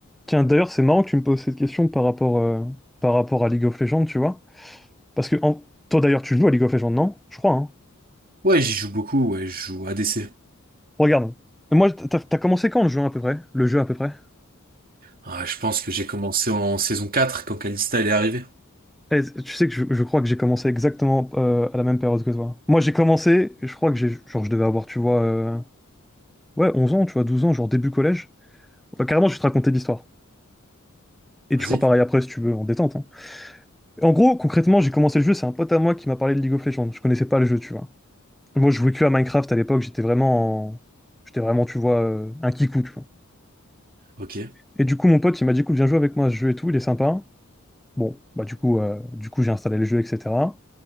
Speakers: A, in the centre; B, on the right.
A: Tiens, d'ailleurs, c'est marrant que tu me poses cette question par rapport, euh, par rapport à League of Legends, tu vois. Parce que en- toi, d'ailleurs, tu joues à League of Legends, non? Je crois, hein.
B: Ouais, j'y joue beaucoup, ouais, je joue ADC.
A: Regarde. Moi, t'as t'as commencé quand le jeu à peu près? Le jeu à peu près?
B: Ah, je pense que j'ai commencé en saison 4 quand Kalista elle est arrivée.
A: Eh, tu sais que je, je crois que j'ai commencé exactement euh, à la même période que toi. Moi, j'ai commencé, je crois que j'ai, genre, je devais avoir, tu vois, euh, ouais, 11 ans, tu vois, 12 ans, genre début collège. Enfin, carrément, je vais te raconter l'histoire. Et
B: Vas-y.
A: tu feras pareil après si tu veux, en détente. hein. En gros, concrètement, j'ai commencé le jeu, c'est un pote à moi qui m'a parlé de League of Legends. Je connaissais pas le jeu, tu vois. Moi, je jouais que à Minecraft à l'époque, j'étais vraiment, en- j'étais vraiment, tu vois, euh, un kikou, tu vois.
B: Ok.
A: Et du coup, mon pote, il m'a dit, écoute, viens jouer avec moi à ce jeu et tout, il est sympa. Bon, bah du coup, euh, du coup, j'ai installé le jeu, etc.